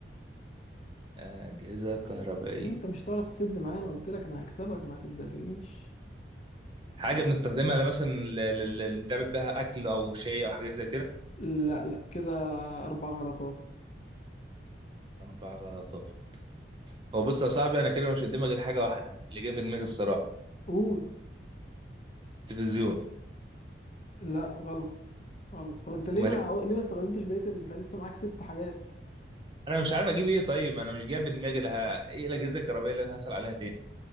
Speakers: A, on the right; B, on the left.
A: أجهزة كهربائية
B: انت مش هتعرف تسد معايا انا قلت لك انا هكسبك ما صدقتنيش
A: حاجة بنستخدمها مثلا ل- ل- ل- اللي نتعمل بها أكل أو شاي أو حاجات زي كده
B: لا لا كده اربع غلطات
A: أربع غلطات هو بص يا صاحبي أنا كده مش قدامي غير حاجة واحدة اللي جاي في دماغي الصراحة
B: قول
A: التلفزيون
B: لا غلط غلط طب انت ليه
A: أمال
B: ما
A: إيه؟
B: ليه ما استخدمتش بقيه ال- انت لسه معاك ست حاجات
A: أنا مش عارف أجيب إيه طيب أنا مش جاي في دماغي لها إيه الأجهزة الكهربائية اللي أنا هسأل عليها تاني